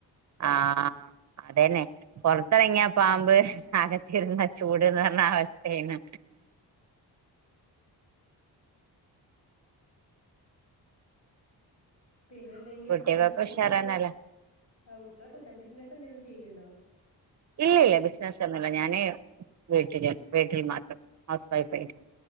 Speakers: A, on the right; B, on the left.
A: ആഹ് അതെന്നെ പൊറത്തിറങ്ങിയാ പാമ്പ് അകത്തിരുന്ന ചൂട്ന്ന് പറഞ്ഞ അവസ്ഥയാണ്
B: ആ പിന്നെ എന്തെങ്കിലുഒക്കെ
A: കുട്ടികൾക്ക്
B: ബിസിനസ്സ്
A: ഉഷാറന്നല്ലേ
B: എന്തെ ആ കുട്ടികളൊക്കെ ഉഷാ ബിസിനസ്സ് എന്തെങ്കിലും ഒക്കെ ചെയ്യുന്നുണ്ടോ
A: ഇല്ല ഇല്ല ബിസിനെസ് ഒന്നുല്ല ഞാനെ വീട്ടിൽ വീട്ടിൽ മാത്രം ഹൗസ് വൈഫ് ആയിട്ട്